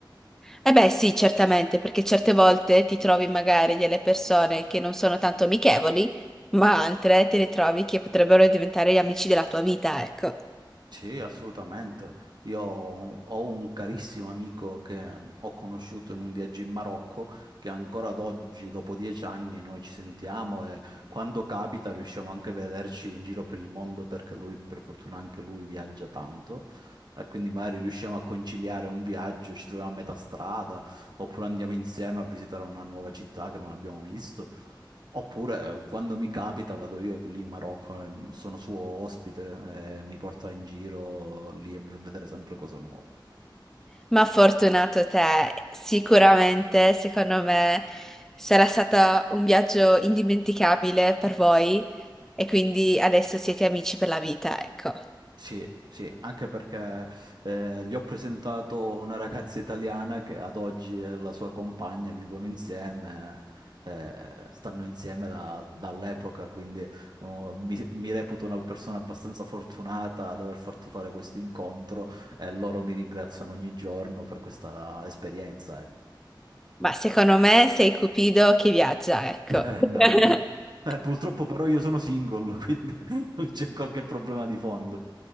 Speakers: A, in the centre; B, on the right.
A: Eh beh, sì, certamente, perché certe volte ti trovi magari delle persone che non sono tanto amichevoli, ma altre te le trovi che potrebbero diventare gli amici della tua vita, ecco.
B: Sì, assolutamente. Io ho ho un carissimo amico che ho conosciuto in un viaggio in Marocco, che ancora ad oggi, dopo dieci anni, noi ci sentiamo e quando capita riusciamo anche a vederci in giro per il mondo perché lui, per fortuna, anche lui viaggia tanto. E quindi magari riusciamo a conciliare un viaggio, ci troviamo a metà strada, oppure andiamo insieme a visitare una nuova città che non abbiamo visto. Oppure eh, quando mi capita vado io lì in Marocco, eh, sono suo ospite, eh, mi porta in giro lì e mi fa vedere sempre cose nuove.
A: Ma fortunato te, sicuramente, secondo me, sarà stato un viaggio indimenticabile per voi e quindi adesso siete amici per la vita, ecco.
B: Sì, sì, anche perché eh, gli ho presentato una ragazza italiana che ad oggi è la sua compagna, vivono insieme, eh, stanno insieme da- dall'epoca, quindi oh, mi, mi reputo una persona abbastanza fortunata ad aver fatto fare questo incontro e loro mi ringraziano ogni giorno per questa esperienza. ecco.
A: Ma secondo me sei Cupido che viaggia,
B: <laughs>
A: ecco.
B: Eh,
A: <laughs>
B: No, mm, eh, purtroppo però io sono single, quindi <laughs> non c'è qualche problema di fondo.